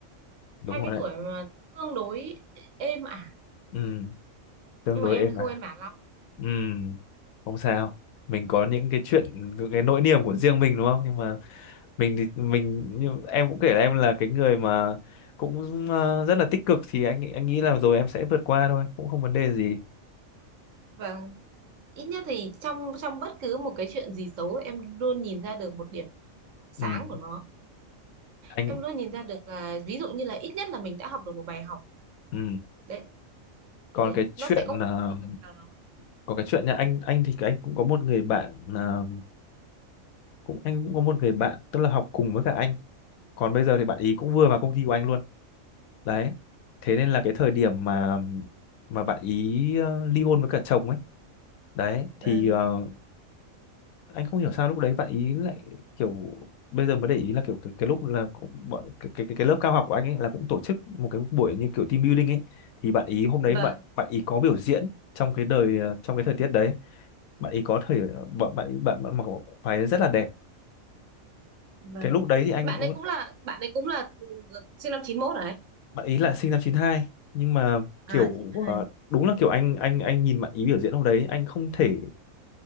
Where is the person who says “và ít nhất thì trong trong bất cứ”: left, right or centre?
Right